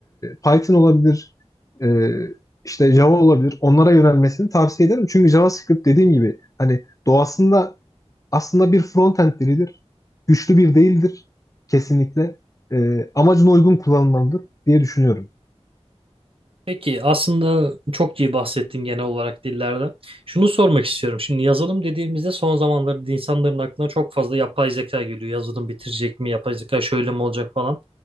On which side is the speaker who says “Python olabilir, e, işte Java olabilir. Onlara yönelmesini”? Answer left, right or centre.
Left